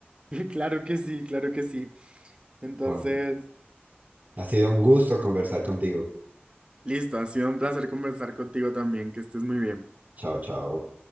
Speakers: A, on the right; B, on the right.
A: <laughs> Claro que sí, claro que sí. Entonces,
B: Bueno, ha sido un gusto conversar contigo.
A: Listo, ha sido un placer conversar contigo también, que estés muy bien.
B: Chao, chao.